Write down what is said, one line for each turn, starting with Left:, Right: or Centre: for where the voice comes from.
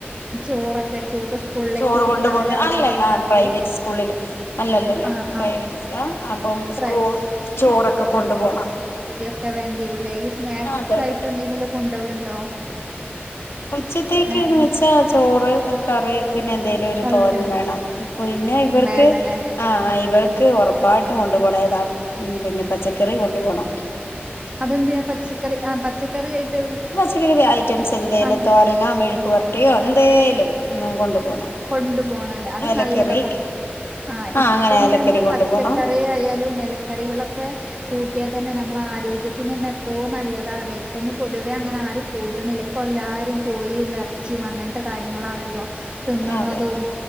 Right: ചോറൊക്കെ ചോറ് സ്കൂളിലേക്ക്
Left: ചോറ്
Right: കൊണ്ടോവലാവൂലേ
Left: കൊണ്ട് പോന്ന് അല്ലൽആ
Right: ഇണ്ടാവല്
Left: പ്രൈവറ്റ് സ്കൂളില് അല്ലല്ലല്ല
Right: ആഹ്
Left: പ്രൈവറ്റില
Right: ആഹ്
Left: അപ്പം
Right: ഫ്രൈ
Left: സ്കൂൾ ചോറൊക്കെ കൊണ്ടു പോണം
Right: ഒക്കെ വേണ്ടിവരുല്ലേ ഈ സ്നാക്സ്
Left: അതെ
Right: ആയിട്ട്
Left: അതെ
Right: എന്തെങ്കിലും കൊണ്ടോവ്ണ്ടോ
Left: ഉച്ചത്തേക്ക്ന്ന്
Right: ഏഹ്
Left: വെച്ചാ ചോറ് കറി പിന്നെന്തേലും ഒരു
Right: അതൊക്കെ
Left: തോരൻ വേണം പിന്നെ ഇവർക്ക്
Right: വേണ്ടല്ലേ
Left: ആഹ് ഇവർക്ക് ഒറപ് പാട്ടും കൊണ്ടു പോണം ഏതാ ഉം പിന്നെ പച്ചക്കറി കൊണ്ടു പോണം
Right: അതെന്ത് ചെയ്യ പച്ചക്കറി ആഹ് പച്ചക്കറി ആയിട്ട്
Left: <unintelligible> ഇങ്ക ഐറ്റംസ് എന്തേങ്കലും
Right: ആഹ്
Left: തോരണോ മെഴുപരട്ടിയോ എന്തേലും ഉം കൊണ്ടു പോണം
Right: കൊണ്ടുപോണല്ലേ അത്
Left: ഏലക്കറി
Right: നല്ലതാ പ ആഹ് ഇപ്പം
Left: അങ്ങനെ ഏലക്കരി
Right: തന്നെ
Left: കൊണ്ടു
Right: പച്ചക്കറി
Left: പോണം
Right: ആയാലും എലക്കറികളൊക്കെ കൂട്ടിയാ തന്നെ നമ്മള ആരോഗ്യത്തിന് തന്നെ എത്രോ നല്ലതാണ് ഇപ്പൊന്ന് പൊതുവെ അങ്ങനാരും കൂട്ടണില്ല ഇപ്പൊ ല്ലാരും കോയീം എറച്ചിയും അങ്ങനത്തെ കാര്യങ്ങളാണല്ലോ തിന്നണതും
Left: അതെ